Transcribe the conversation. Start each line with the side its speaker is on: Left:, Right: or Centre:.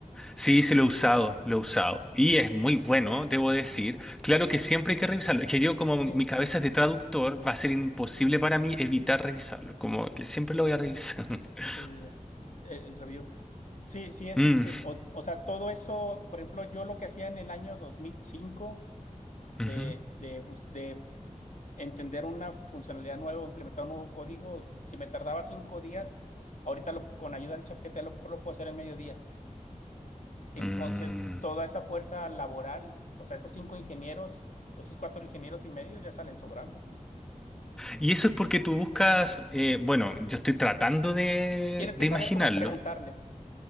Centre: Sí, sí, lo he usado, lo he usado. Y es muy bueno, debo decir. Claro que siempre hay que revisarlo. Es que yo, como
Left: Sí,
Centre: mi cabeza es de traductor, va a ser imposible para mí evitar revisarlo. Como que siempre lo voy a revisar. <laughs>
Left: el, el review. Sí, sí, es
Centre: Mm,
Left: este, o, o sea, todo eso, por ejemplo, yo lo que hacía en el año 2005 de,
Centre: ujú,
Left: de, bus- de entender una funcionalidad nueva, o implementar un nuevo código, si me tardaba cinco días, ahorita lo- con ayuda del ChatGPT a lo mejor lo puedo hacer en mediodía. Entonces,
Centre: mm.
Left: toda esa fuerza laboral, o sea, esos cinco ingenieros, esos cuatro ingenieros y medio ya salen sobrando.
Centre: Y eso es porque tú buscas, eh, bueno, yo estoy tratando de,
Left: Tienes
Centre: de
Left: que saber
Centre: imaginarlo.
Left: cómo preguntarle.